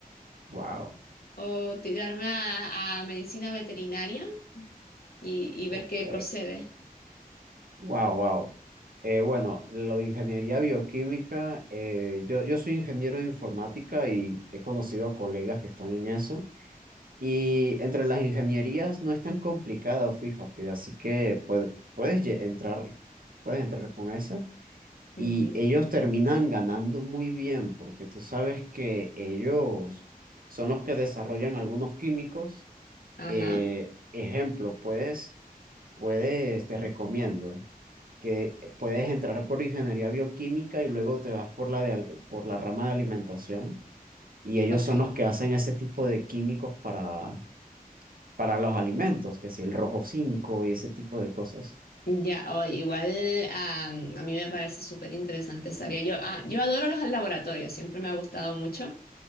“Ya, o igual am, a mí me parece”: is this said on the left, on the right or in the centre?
Left